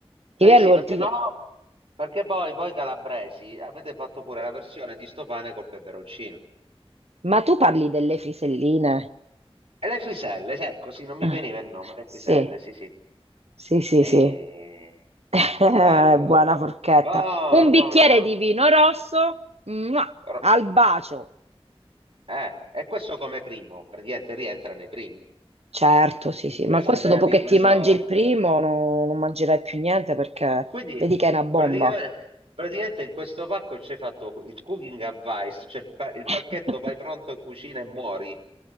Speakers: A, on the right (about 85°); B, on the right (about 70°).
A: Ti
B: Eh
A: viene
B: sì,
A: lo-
B: perché
A: ti
B: no?
A: vie-
B: Perché poi voi calabresi avete fatto pure la versione di sto pane col peperoncino.
A: Ma tu parli delle friselline?
B: E le friselle, sì, ecco, sì, non mi
A: Ah,
B: veniva il nome, le
A: Sì,
B: friselle, sì, sì.
A: sì, sì,
B: Eh,
A: sì. <laughs> Eh,
B: bello,
A: Buona forchetta.
B: buono,
A: Un bicchiere
B: buono, buono.
A: di vino rosso, mua,
B: Ro-
A: al bacio.
B: Eh, e questo come primo, praticamente rientra nei primi.
A: Certo, sì, sì,
B: Questa
A: ma questo
B: idea
A: dopo
B: di
A: che
B: questo.
A: ti mangi il primo no- non mangerai più niente perché
B: Quindi,
A: vedi che è una bomba.
B: pratica- praticamente, in questo pacco c'è fatto il cooking advice, cioè il, pa- il
A: <laughs>
B: pacchetto vai pronto in cucina e muori.